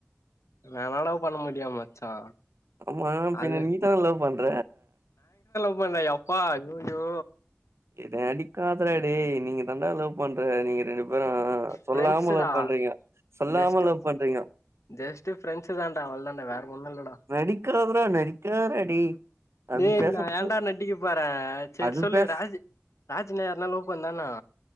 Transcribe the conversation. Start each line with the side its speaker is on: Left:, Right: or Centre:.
Left: நா என்னடா பண்ண முடியு மச்சா
Right: ஆமா பின்ன
Left: அது
Right: நீதான லவ் பண்ற
Left: ம் பண்ல எப்பா ஐய்யய்யோ
Right: ஏய் நடிக்காதடா டேய் நீங்க தாண்டா லவ் பண்ற நீங்க ரெண்டு பேரு ஆ
Left: ஃப்ரெண்ட்ஸுடா
Right: சொல்லாம லவ் பண்றீங்க சொல்லாம
Left: ஜஸ்ட்டு
Right: லவ் பண்றீங்க
Left: ஜஸ்ட்டு ஃப்ரெண்ட்ஸு தாண்டா அவ்ளோ தாண்டா வேற ஒன்னு இல்லடா
Right: நடிக்காதடா நடிக்காதடா டேய் அது
Left: டேய்
Right: பேசறது
Left: நா ஏண்டா நடிக்க போற சேரி
Right: அது
Left: சொல்லு
Right: பேச
Left: ராஜி ராஜினா யாருனா லவா பண்ணுதான்னா